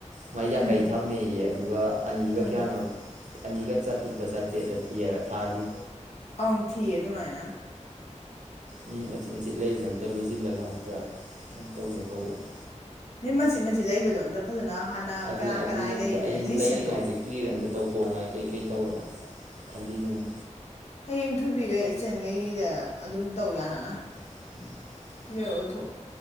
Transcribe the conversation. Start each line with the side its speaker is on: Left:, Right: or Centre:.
Right: ꯃꯥꯏ ꯌꯥꯡꯈꯩ
Left: ꯎꯝ
Right: ꯊꯝꯃꯦꯌꯦ ꯑꯗꯨꯒ ꯑꯅꯤꯒ
Left: ꯎꯝ
Right: ꯀꯌꯥꯅꯣ ꯑꯅꯤꯒ ꯆꯥꯇ꯭ꯔꯨꯛꯂ ꯆꯥꯇ꯭ꯔꯦꯠꯂ ꯊꯤꯑꯪꯪꯩꯕ ꯊꯥꯒꯤ
Left: ꯑꯪ ꯊꯤꯌꯦ ꯑꯗꯨꯃꯥꯏꯅ
Right: ꯎ ꯃꯆꯦꯠ ꯃꯆꯦꯠ ꯂꯩꯕꯁꯦ ꯑꯝꯇ ꯂꯣꯏꯁꯤꯜꯂꯒ ꯗ ꯀꯩꯝ ꯇꯧꯒꯦ ꯇꯧꯕꯅꯤ
Left: ꯃꯆꯤꯠ ꯃꯆꯤꯠ ꯂꯩꯕꯗꯣ ꯑꯝꯇ ꯐꯖꯅ ꯍꯥꯟꯅ
Right: ꯑꯗꯨꯅꯤ
Left: ꯀꯅꯥ
Right: ꯑꯗꯨꯅꯤ
Left: ꯀꯅꯥꯏ
Right: ꯑꯝꯇ
Left: ꯂꯩ ꯍꯥꯏꯅ
Right: ꯑꯩꯅ
Left: ꯂꯤꯁ
Right: ꯂꯩꯔꯤꯉꯥꯏꯁꯦ
Left: ꯁꯦꯝꯗꯣꯛꯑꯣ
Right: ꯀ꯭ꯂꯤꯔ ꯑꯝꯇ ꯇꯧꯊꯣꯛꯉꯥꯏ ꯀꯩꯀꯩ ꯇꯧꯔꯒ ꯈꯜꯂꯤꯁꯤꯅꯤ
Left: ꯍꯌꯦꯡ ꯊꯣꯏꯕꯤꯒ ꯆꯦꯟꯈꯩꯗ ꯑꯗꯨꯝ ꯇꯧ ꯌꯥꯅꯉꯥꯏ
Right: <unintelligible>
Left: ꯂꯑꯣ ꯊ